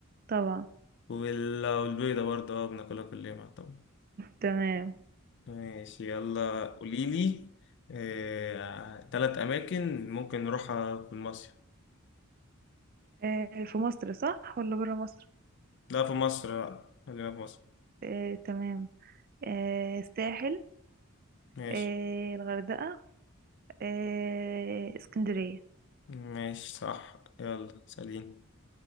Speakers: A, on the right; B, on the left.
A: طبعا
B: وال- والبيضة برضه اه بناكلها كل يوم طبعا
A: تمام
B: ماشي يلا قوليلي آه، تلات أماكن ممكن نروحها في مصر
A: آه في مصر صح ولا برا مصر
B: لا في مصر لا خلينا في مصر
A: آه تمام آه الساحل
B: ماشي
A: آه الغردقة آه اسكندرية
B: ماشي صح يلا سليم